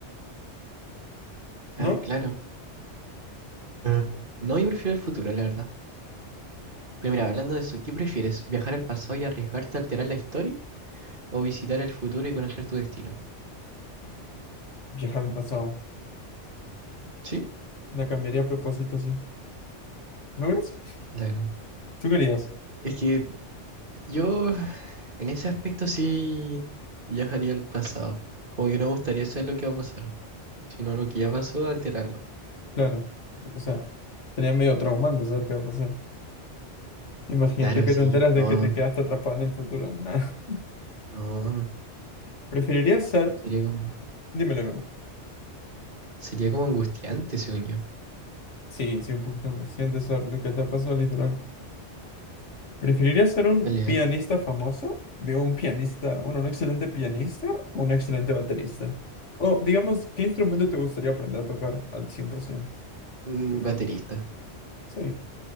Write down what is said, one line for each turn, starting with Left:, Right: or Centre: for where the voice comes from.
Right: Ah,
Left: ¿no?
Right: claro. Ah, No, yo prefiero el futuro, la verdad. Pero mira, hablando de eso, ¿qué prefieres? ¿Viajar al pasado y arriesgarte a alterar la historia? ¿O visitar el futuro y conocer tu destino?
Left: Viajar al pasado.
Right: Sí,
Left: La cambiaría a propósito, sí. ¿No crees?
Right: claro.
Left: ¿Tú querías?
Right: Es que yo, en ese aspecto, sí viajaría al pasado. Como que no me gustaría saber lo que va a pasar, sino lo que ya pasó, alterarlo.
Left: Claro. O sea. sería medio traumante saber qué va a pasar. Imagínate
Right: Claro,
Left: que
Right: sí,
Left: te enteras
Right: no,
Left: de que te quedaste atrapado en el futuro. Nah. <laughs>
Right: No,
Left: ¿Preferirías ser...
Right: sería como,
Left: Dímelo, dímelo.
Right: sería como angustiante, según yo.
Left: Sí, sí, un poquito angustiante saber lo que te pasó, literal. ¿Preferirías ser un
Right: Dale,
Left: pianista
Right: a ver.
Left: famoso? Digo, un pianista, bueno, un excelente pianista o un excelente baterista. O, digamos, ¿qué instrumento te gustaría aprender a tocar al 100%?
Right: Mm, baterista.
Left: Sí.